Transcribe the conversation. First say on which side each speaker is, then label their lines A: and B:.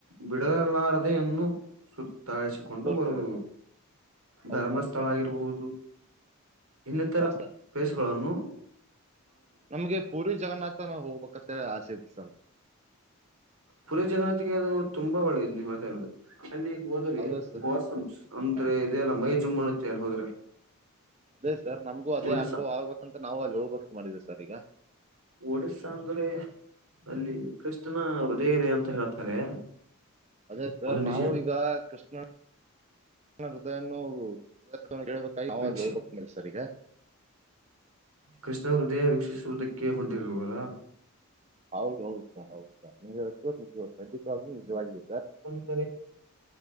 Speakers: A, on the right (about 75°); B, on the right (about 30°).
A: ಬಿಡಲಾರದೆೇನ್ನು ಸುತ್ತಾಾಯಿಸಿಕೊಂಡು
B: ತೋರಿಸ್ತೀರಾ
A: ಬರು
B: ಸರ್ ಹೌದಾ
A: ಧರ್ಮಸ್ಥಳ
B: ಅದೇ ಸರ್
A: ಆಗಿರಬಹುದು ಇನ್ನಿತರ
B: ಹಾಂ ಸರ್
A: ಪ್ಲೇಸ್ಗಳನ್ನು
B: ನಮ್ಗೆ ಪೂರ್ವಿ ಜಗನ್ನಾಥನ ಹೋಗ್ಬೇಕಂತ ಆಸೆದೆ ಸರ್
A: ಪುರಿ ಜಗತಿಿಗೆ ಅದು ತುಂಬಾ ಒಳ್ಳೇದು ನೀ ಹತಾ ಇರೋದು ಅಲ್ಲಿ ಹೋದ್ರೆ
B: ಅದು ಸರ್
A: ಗೋಸಂ ಅಂದ್ರೆ
B: ಹಾಂ
A: ಇದದೆ ಅಲ್ಲ ಮೈ ಜುಮ್ಮನ ಇತ್ತ ಅಲ್ಲಿ ಹೋದ್ರೆ
B: ಅದೇ ಸರ್ ನಮ್ಗೂ ಅದೇ
A: ಒಡಿಸ್ಸಾ
B: ಅನುಭವ ಆಗ್ಬೇಕ ಅಂತ ನಾವು ಅಲ್ಲಿ ಹೋಗ್ಭಕ್ತ ಮಾಡಿದೆೇ ಸರ್ ಈಗ
A: ಒಡ್ಸಾ ಅಂದ್ರೆ ಅಲ್ಲಿ ಕೃಶನ ಹೃದಯ ಇದೆ ಅಂತ ಹೇಳ್ತಾರೆ
B: ಅದೇ ಸರ್
A: ಅದು ನಿಜ
B: ನಾವು ಈಗ ಕೃಷ್ಣ ಹೃದಯೃದಬೇಕ ನ
A: ವೀಕ್ಷಿ
B: ಹೋಗಬೇಕ ಮೇಸರ್ ಈಗ
A: ಕೃಷ್ಣವರು ದೇಹ ವೀಕ್ಷಿಸುವುದಕ್ಕೆ ಹೊಂಟಿವಾರಾ
B: ಹೌದ ಹೌದು ಸರ್ ಹೌದು ಸರ್ ನೀವು್ ಹರ್ ನಿಜ ಖಂಡಿತವ್ಲಿೂ ನಿಜವಾಗಿದೆ ಸರ್
A: ಸ